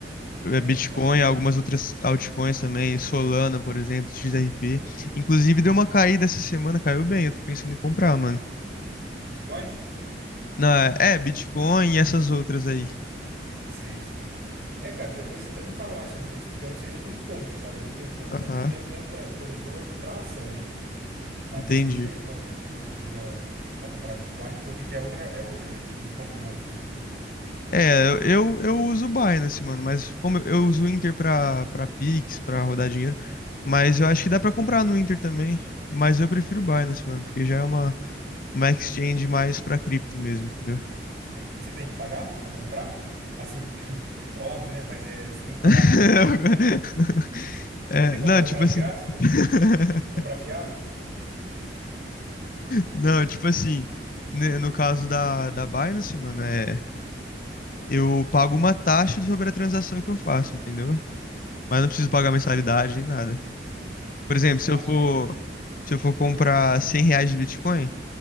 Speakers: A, on the left; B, on the right.
A: É,
B: É,
A: Bitcoin,
B: então. É,
A: algumas outras altcoins também, Solana, por exemplo, XRP. Inclusive
B: uhum.
A: deu uma caída essa semana, caiu bem, eu tô pensando em comprar, mano.
B: Bitcoin?
A: Não, é, é, Bitcoin e essas outras aí.
B: Sei, sei. É, cara, depois você até me fala mais sobre isso, porque eu não sei nem como compra, sabe? Eu não tenho conta.
A: Aham,
B: Eu tenho conta em corretora para ação, né? Mas
A: entendi.
B: assim, eu não tenho conta em corretora para comprar Bitcoin, porque eu vi que é outra, é outra, né? Não compra na mesma, né?
A: É, eu, eu uso o Binance, mano, mas como eu eu uso o Inter pra, pra Pix, pra rodar dinheiro, mas eu
B: Uhum.
A: acho que dá pra comprar no Inter também, mas eu prefiro o Binance, mano, porque já é uma, uma exchange mais pra cripto mesmo, entendeu?
B: Cê- E você tem que pagar para comprar? Assim, <laughs> óbvio, né? Mas é, você tem que pagar
A: <laughs>
B: a plataforma, fala.
A: É,
B: Tem como
A: não,
B: comprar
A: tipo assim.
B: de graça?
A: <laughs>
B: Comprar fiado?
A: Não, tipo assim, né, no caso da, da Binance, mano, é, eu pago uma taxa sobre a transação que eu faço, entendeu? Mas não preciso pagar
B: Ah,
A: mensalidade
B: tá.
A: nem nada. Por exemplo,
B: E essa
A: se
B: taxa
A: eu for, se eu for comprar 100 reais de Bitcoin,